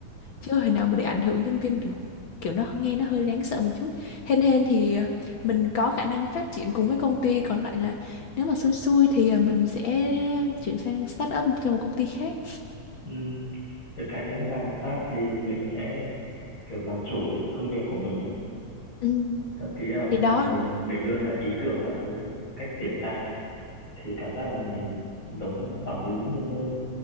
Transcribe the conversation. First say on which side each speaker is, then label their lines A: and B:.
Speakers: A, on the left (about 60°); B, on the left (about 30°).
A: chưa thể nào mà để ảnh hưởng nhân viên được kiểu nó nghe nó hơi đáng sợ một chút hên hên thì à, mình có khả năng phát triển cùng với công ty còn lại là nếu mà xui xui thì à, mình sẽ chuyển sang start up cho một công ty khác
B: ừ. được cái nếu mà làm staff thì mình sẽ kiểu làm chủ cái công việc của mình ấy.
A: ừ.
B: Thậm chí là
A: thì đó
B: mình mình đưa ra ý tưởng các thứ, cách triển khai thì cảm giác là mình giống quản lý nhiều hơn.